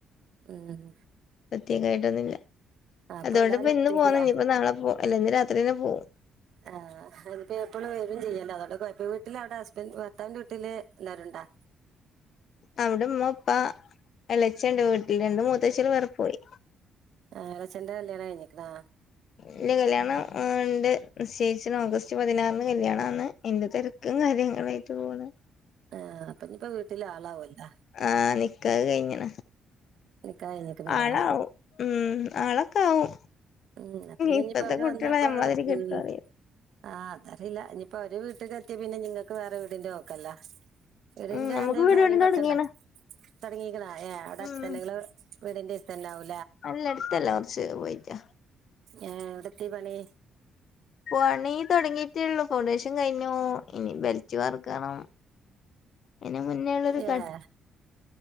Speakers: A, on the right; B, on the left.
A: ഉം
B: പ്രത്യേകമായിട്ടൊന്നുമില്ല
A: അപ്പൊ
B: അതുകൊണ്ടിപ്പോ
A: എല്ലാരും
B: ഇന്ന്
A: ഒറ്റയ്ക്കില്ല
B: പോന്ന ഇനിയിപ്പോ നാളെ പോ അല്ല ഇന്ന് രാത്രി തന്നെ പോകും
A: ആ് അതിപ്പോ എപ്പോഴും വെരും ചെയ്യാലോ അതോണ്ട് കോഴപ്പ വീട്ടിൽ അവിടെ ഹസ്ബൻ് ഭർത്താവിന്റെ വീട്ടില് എല്ലാരും ഉണ്ടോ
B: അവിടെ ഉമ്മ ഉപ്പാ എളച്ചൻണ്ട് വീട്ടില് രണ്ട് മൂത്തച്ചി അള് വേറെ പോയി
A: ആഹ് എളച്ചെന്റെ കല്യാണം കഴിഞ്ഞിക്ക്ണാ
B: ഇല്യാ കല്യാണം ഉണ്ട് നിശ്ചയിച്ചിണ് ഓഗസ്റ്റ് പതിനാറിന് കല്യാണാണ് അയ്ന്റെ തിരക്കും കാര്യങ്ങളായിട്ട് പോണ്
A: ആഹ് അപ്പൊ ഇനിയിപ്പോ വീട്ടില് ആളാവൊ ല്ലാ
B: ആഹ് നിക്കാഹ് കഴിഞ്ഞ്ണ്
A: നിക്കാ കഴിഞ്ഞിക്കണല്ലേ
B: ആളാവും ഉം ആളൊക്കെ ആവും
A: ഉം അപ്പൊ പിന്നെ
B: ഇപ്പത്തെ
A: ഇനിയിപ്പോ അവര്
B: കുട്ടികളെ
A: വന്നാപ്പ
B: നമ്മളതിരി കെട്ടോ
A: ഉം
B: അറിയോ
A: ആ അതറില്ല ഇനിയിപ്പൊ അവര് വീട്ടില് എത്തിയ പിന്നെ നിങ്ങൾക്ക് വേറെ വീടിന്റെ നോക്കാല്ലോ വീടിന്റെ
B: ഉം നമുക്ക്
A: എന്തേ
B: വീട്
A: പ്ലാനിങ്ങ
B: പണി തൊടങ്ങീണ്
A: ഒക്കെ ഇണ്ടാ തുടങ്ങീക്ക്ണോ ഏ അവിടെ
B: ഉം
A: അടുത്ത തന്നെ ഇങ്ങള് വീടിന്റെ അടുത്തന്നെ ആവു
B: അല്ല അടുത്തല്ല കുറച്ച് പോയിറ്റാ
A: ഏ എവിടെത്തി പണി
B: പണി തുടങ്ങിയിട്ടേള്ളു ഫൗണ്ടേഷൻ കഴിഞ്ഞു ഇനി ബെൽറ്റ് വാർക്കണം ഇന് മുന്നേുള്ളൊരു
A: ഏ
B: ക
A: ആ